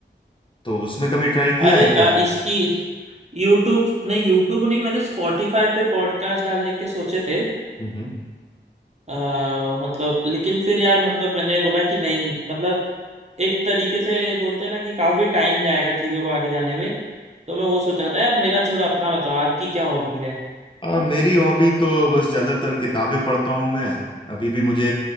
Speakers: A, on the left; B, on the right.
A: तो उसमें कभी ट्राई किया
B: अरे
A: है
B: अ,
A: क्या
B: इसकी यूट्यूब नहीं यूट्यूब नहीं मैंने स्पॉटिफाई पे पॉडकास्ट डालने के सोचे थे
A: हम्म हम्म।
B: अ, मतलब लेकिन फिर यार मतलब मैंने बोला कि नहीं मतलब एक तरीके से बोलते हैं ना कि काफी टाइम जाएगा चीजों को आगे जाने में तो मैं वो सोच रहा था यार मेरा छोड़ो अपना बताओ आपकी क्या हॉबीज है
A: आ, मेरी हॉबी तो बस ज़्यादातर किताबें पढ़ता हूँ मैं अभी भी मुझे